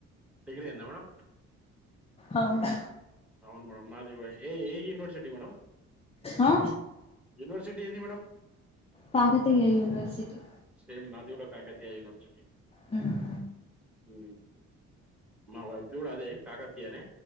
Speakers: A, in the centre; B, on the left.
A: డిగ్రీ అయిందా మేడమ్
B: అవును
A: అవును మేడం నాది వయి ఏ ఏ యూనివర్సిటీ మేడం
B: ఆ
A: యూనివర్సిటీ ఏది మేడం?
B: కాకతీయ యూనివర్సిటీ
A: సేమ్ నాది కూడా కాకతీయ యూనివర్సిటీ
B: హ్మ్.
A: హు మా వైద్యుడు అదే కాకతీయనే